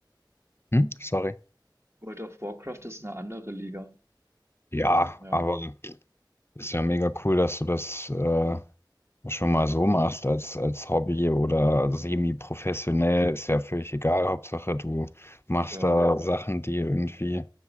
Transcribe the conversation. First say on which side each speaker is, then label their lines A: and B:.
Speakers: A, on the left; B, on the right.
A: hm? Sorry.
B: World of Warcraft ist eine andere Liga.
A: Ja,
B: Ja,
A: aber ist ja mega cool, dass du das äh, schon mal so machst als, als Hobby oder semi-professionell, ist ja völlig egal. Hauptsache, du machst
B: ja.
A: da Sachen, die irgendwie,